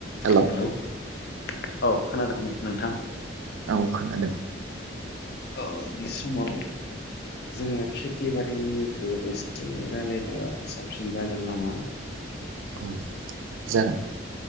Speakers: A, on the right; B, on the left.
A: Hello
B: hello औ खोनादोंना नोंथां
A: औ खोनादों
B: औ बे समाव जोङो खेथि बारिनिखौ एसे राय्लायनो साबसिन जागोन नामा?
A: औ जागोन।